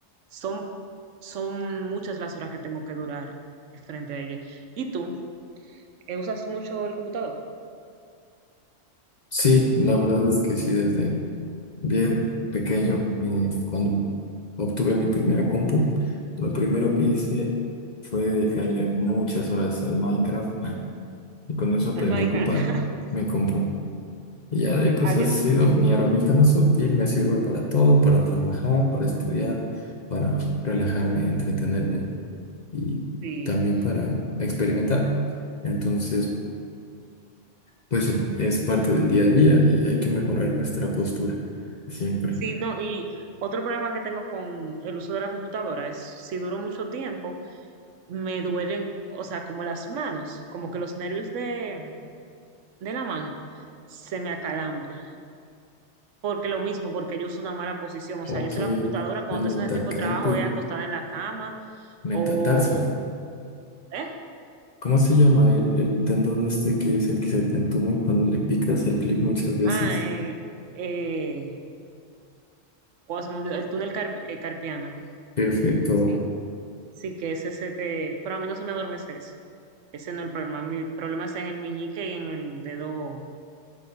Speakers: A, on the right (about 75°); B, on the left (about 45°).
A: son, son muchas las horas que tengo que durar frente a ella. ¿Y tú? Eh, ¿Usas mucho el computador?
B: Sí, la verdad es que sí, desde bien pequeño, eh, cuando obtuve mi primera compu, lo primero que hice fue dedicarle muchas horas al Minecraft, ah, y con eso aprendí
A: ¿El Minecraft?
B: a ocupar
A: <laughs>
B: mi compu. Y ya de ahí pues
A: Ah, yo-
B: ha sido mi herramienta más útil, me sirve para todo, para trabajar, para estudiar, para relajarme, entretenerme y
A: sí.
B: también para experimentar. Entonces, pues sí, es parte del día a día y hay que mejorar nuestra postura siempre.
A: Sí, no, y otro problema que tengo con el uso de la computadora es si duro mucho tiempo, me duelen, o sea, como las manos, como que los nervios de, de la mano, se me acalambra. Porque lo mismo, porque yo uso una mala posición.
B: Ok,
A: O sea, yo uso la computadora cuando
B: el
A: estoy
B: metacarpio,
A: haciendo este tipo de trabajo, es acostada en la cama
B: metatarso.
A: o... ¿Eh?
B: ¿Cómo se llama el, el tendón este que es el que se te entuma cuando le picas al clic muchas veces?
A: Ah, eh, eh, wow, se me olvidó, el túnel carp- eh, carpiano.
B: Perfecto,
A: Sí, sí, que ese se te... Pero a mí no se me adormece ese. Ese no es el problema. Mi problema está en el meñique y en el dedo